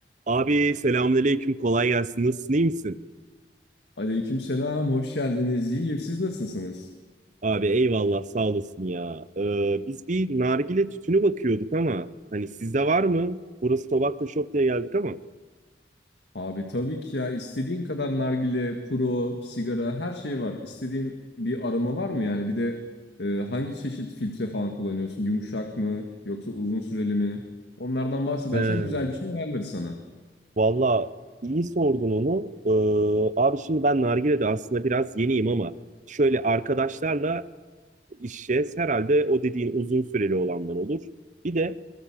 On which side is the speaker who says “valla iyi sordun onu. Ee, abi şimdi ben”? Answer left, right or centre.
Right